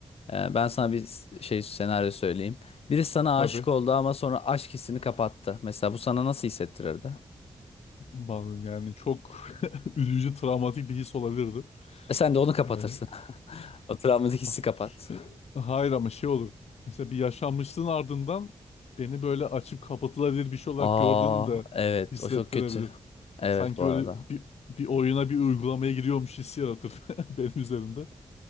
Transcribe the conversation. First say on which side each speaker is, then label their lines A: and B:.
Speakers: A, on the left (about 70°); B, on the left (about 85°).
A: Ee, Ben sana bir s- şey senaryo söyleyeyim. Biri sana
B: Tabii
A: aşık oldu ama sonra aşk hissini kapattı. Mesela bu sana nasıl hissettirirdi?
B: bazen yani çok <laughs> üzücü travmatik bir his olabilirdi.
A: E sen de onu kapatırsın.
B: Yani
A: <laughs> O travmatik hissi
B: Ha-
A: kapat.
B: e, Hayır ama şey olur. Mesela bir yaşanmışlığın ardından beni böyle açıp kapatılabilir bir şey olarak
A: Aa
B: gördüğünü de
A: evet
B: hissettirebilir.
A: o çok kötü. Evet
B: Sanki
A: bu arada.
B: böyle bir, bir oyuna bir uygulamaya giriyormuş hissi yaratır <laughs> benim üzerimde.